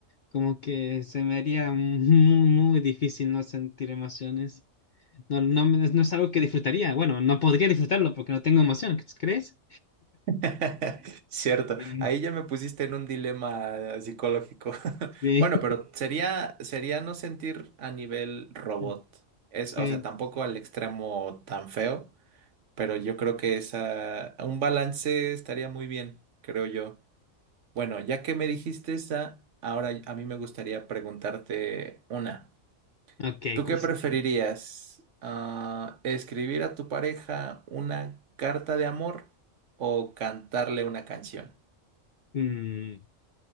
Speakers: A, on the left; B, on the right.
A: Como que se me haría muy, muy difícil no sentir emociones. No, no, me- no es algo que disfrutaría. Bueno, no podría disfrutarlo porque no tengo emoción, ¿crees?
B: <laughs> Cierto,
A: Sí,
B: ahí ya me pusiste en un dilema psicológico. <laughs>
A: sí,
B: Bueno, pero sería, sería no sentir a nivel robot.
A: <laughs>
B: Es,
A: sí.
B: o sea, tampoco al extremo tan feo, pero yo creo que esa, un balance estaría muy bien, creo yo. Bueno, ya que me dijiste esa, ahora a mí me gustaría preguntarte una.
A: Ok,
B: ¿Tú
A: ¿cuál
B: qué
A: se-
B: preferirías? Ah, ¿escribir a tu pareja una carta de amor o cantarle una canción?
A: mm,